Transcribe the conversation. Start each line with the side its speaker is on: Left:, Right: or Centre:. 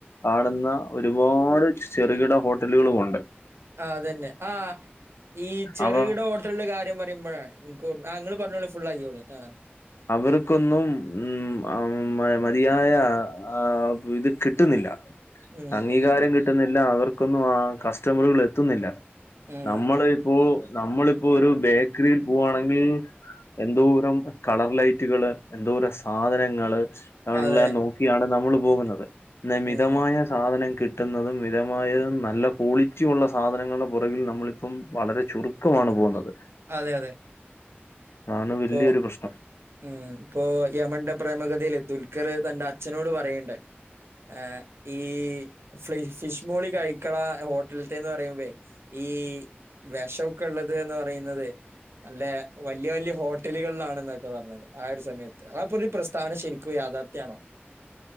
Left: കാണുന്ന ഒരുപാട് ചെറുകിട ഹോട്ടലുകളും ഉണ്ട്
Right: ആഹ് അതന്നെ ആ ഈ ചെറുകിടഹോട്ടലിന്റെ
Left: അവ
Right: കാര്യംപറയുമ്പയേ ഇൻക് ഓർമ ആ ഇങ്ങള്പറഞ്ഞോളി ഫുള്ളാക്കിക്കോളി ആ
Left: അവർക്കൊന്നും ഉം അഉം മതിയായ ആഹ് ഇത് കിട്ടുന്നില്ല
Right: ഉം
Left: അംഗീകാരംകിട്ടുന്നില്ല
Right: ഉം
Left: അവർക്കൊന്നും ആ കസ്റ്റമറുകള് എത്തുന്നില്ല
Right: ഉം
Left: നമ്മള് ഇപ്പോ നമ്മളിപ്പോ ഒരു ബേക്കറിയിൽ പോവാണെങ്കിൽ എന്തൂരം കളർ ലൈറ്റുകള് എന്തോര സാധനങ്ങള്ല്ലാം
Right: അതെ
Left: നോക്കിയാണ് നമ്മള് പോകുന്നത് ഇന്ന് മിതമായ
Right: ഉം
Left: സാധനം കിട്ട ട്ടുന്നതും മിതമായതും നല്ല ക്വാളിറ്റി ഉള്ള സാധനങ്ങളുടെ പുറകിൽ നമ്മളിപ്പം വളരെ ചുരു ക്കമാണ് പോകുന്നത്
Right: അതെ അതെ
Left: ആണ് വല്യൊരു
Right: ഇപ്പൊ
Left: പ്രശ്നം
Right: ഉം ഇപ്പോ യമന്റെ പ്രേമഗതയില് ദുൽഖർ തന്റെ അച്ഛനോട് പറയണ്ട ആഹ് ഈ ഫ്ളി ഫിഷ് മോളി കഴിക്കട ഹോട്ടൽത്തെന്ന് പറയുമ്പേ ഈ വെഷക്കെള്ളത് എന്ന്പറയുന്നത് അല്ലെ വല്യ വല്യ ഹോ ഹട്ടലുകളിലാണെന്നൊക്കെ പറഞ്ഞത് ട്ടിലുകളിലാണ് എന്നൊക്കെ പർഞ്ഞത് ആ ഒരു സമയത്ത് ആപ്പൊരു പ്രസ്താവന ശരിക്കും യാഥർത്ഥ്യണോ